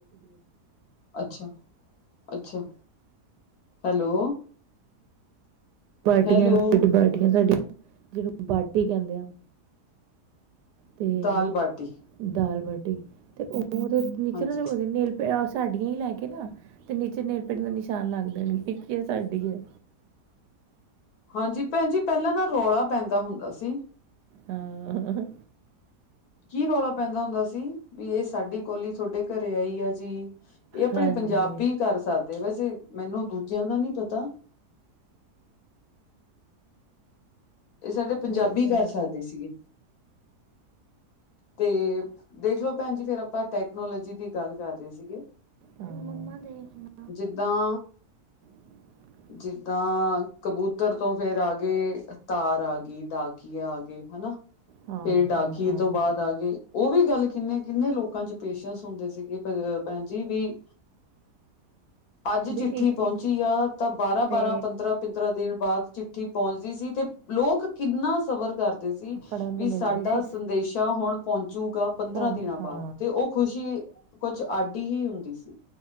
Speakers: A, on the left; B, on the right.
A: ਅੱਛਾ ਅੱਛਾ ਹੈਲੋ
B: ਬਾਟੀਆਂ
A: ਹੈਲੋ
B: ਨੂੰ ਬਾਰਟੀਆਂ ਸਾਡੀਆਂ ਜਿਹਨੂੰ ਬਾਟੀ ਕਹਿੰਦੇ ਆ ਤੇ
A: ਦਾਲ ਬਾਟੀ
B: ਦਾਲ ਬਾਟੀ ਤੇ ਉਹਦੇ ਨੀਚੇ
A: ਹਾਂਜੀ
B: ਨਾ ਨੇਲ ਪ ਸਾਡੀਆਂ ਹੀ ਲੈ ਕੇ ਨਾ ਤੇ ਨੀਚੇ ਨੇਕ ਪੇਂਟ ਦਾ ਨਿਸ਼ਾਨ ਲਾਂਦੇ ਨੇ ਕੀ ਕੀ ਇਹ ਸਾਡੀ ਏ
A: ਹਾਂਜੀ ਭੈਣ ਜੀ ਪਹਿਲਾਂ ਨਾ ਰੌਲਾ ਪੈਂਦਾ ਹੁੰਦਾ ਸੀ
B: ਹਾਂ
A: ਕੀ ਰੌਲਾ ਪੈਂਦਾ ਹੁੰਦਾ ਸੀ ਵੀ ਇਹ ਸਾਡੀ ਕੌਲੀ ਤੁਹਾਡੇ ਘਰੇ ਆਈ ਆ ਜੀ ਇਹ ਆਪਣੇ
B: ਹਾਂਜੀ
A: ਪੰਜਾਬੀ ਕਰ ਸਕਦੇ ਵੈਸੇ ਮੈਨੂੰ ਦੂਜਿਆਂ ਦਾ ਨੀ ਪਤਾ ਇਹ ਸਾਡੇ ਪੰਜਾਬੀ
B: ਵਹੀ ਕਹਿ-
A: ਕਰ ਸਕਦੇ ਸੀਗੇ ਤੇ ਦੇਖ ਲਓ ਭੈਣ ਜੀ ਫਿਰ ਆਪਾਂ ਟੈਕਨੋਲੋਜੀ ਦੀ ਗੱਲ ਕਰ ਰਹੇ ਸੀਗੇ
B: ਹਾਂ ਮੰਮਾ ਦੇਖਨਾ
A: ਜਿੱਦਾਂ
B: <inaudible>
A: ਜਿੱਦਾਂ ਕਬੂਤਰ ਤੋਂ ਫੇਰ ਆਗੇ, ਤਾਰ ਆ ਗਈ ਡਾਕੀਆ ਆ ਗਏ ਹਨਾ।
B: ਹਾਂ
A: ਫੇਰ ਡਾਕੀਏ
B: ਹਾਂ ਹਾਂ
A: ਤੋਂ ਬਾਅਦ ਆ ਗਏ, ਉ ਵੀ ਗੱਲ ਕਿੰਨੇ-ਕਿੰਨੇ ਲੋਕ ਲੋਕਾਂ ਚ ਪੇਸ਼ੈਂਸ ਹੁੰਦੇ ਸੀਗੇ ਭੈਣ ਜੀ ਵੀ ਅੱਜ
B: ਵੀ
A: ਚਿੱਠੀ
B: ਇੱਕ
A: ਪੋਂਚੀ
B: ਇੱਕ
A: ਆ, ਤਾਂ ਬਾਰਾਂ-ਬਾਰਾਂ
B: ਤੇ
A: ਪੰਦਰਾਂ ਤਰਾ ਦੀਨ ਬਾਦ ਚਿੱਠੀ ਪੋਂਚਦੀ ਸੀ ਤੇ ਲੋਕ ਕਿੰਨਾ ਸਬਰ ਕਰਦੇ ਸੀ।
B: ਪੜਨ
A: ਵੀ
B: ਨੂੰ ਮਿਲਦੀ
A: ਸਾਡਾ
B: ਸੀ
A: ਸੰਦੇਸ਼ਾ ਹੁਣ ਪੋੰਚੂਗਾ ਪੰਦਰਾਂ
B: ਫੋਨ
A: ਦਿਨਾਂ ਬਾਦ,
B: ਹਾਂ
A: ਤੇ ਉ ਖੁਸ਼ ਕੁਛ ਆਡੀ ਈ ਹੁੰਦੀ ਸੀ।